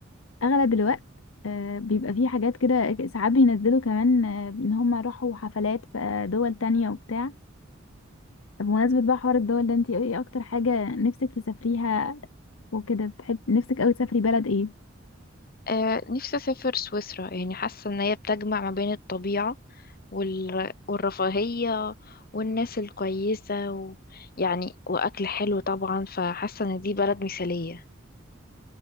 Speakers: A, on the left; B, on the left.
A: اغلب الوقت أه بيبقى فيه حاجات كده ساعات بينزلوا كمان أه ان هما راحوا حفلات في آه، دول تانية وبتاع بمناسبة بقى حوار الدول ده انتي ايه اكتر حاجة نفسك تسافريها وكده بتحب نفسك قوي تسافري بلد ايه
B: آه، نفسي أسافر سويسرا يعني حاسة إن هي بتجمع ما بين الطبيعة وال... والرفاهية والناس الكويسة و... يعني وأكل حلو طبعا فحاسة إن دي بلد مثالية